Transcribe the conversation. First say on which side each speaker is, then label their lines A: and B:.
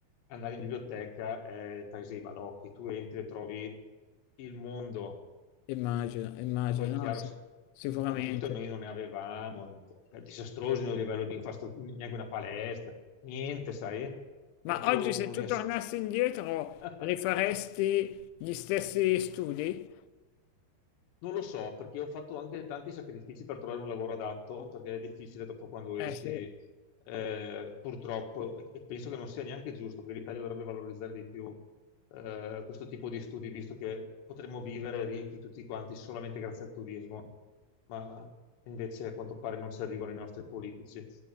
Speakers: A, on the left; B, on the left.
A: andare in biblioteca è il paese dei balocchi, tu entri e trovi il mondo
B: Immagino, immagino,
A: poi, chiaro,
B: no, sì,
A: se
B: sicuramente.
A: computer noi non ne avevamo, disastrosi a livello di infrastruttura, neanche una palestra, niente, sai? Proprio
B: Ma oggi se
A: un'università.
B: tu tornassi indietro,
A: <laughs>
B: rifaresti gli stessi studi?
A: Non lo so, perché ho fatto anche tanti sacrifici per trovare un lavoro adatto, perché è difficile dopo quando
B: Eh
A: esci,
B: sì,
A: eh, purtroppo, e e penso che non sia neanche giusto, perché l'Italia dovrebbe valorizzare di più eh, questo tipo di studi, visto che potremmo vivere ricchi tutti quanti solamente grazie al turismo, ma invece a quanto pare non ci arrivano i nostri politici.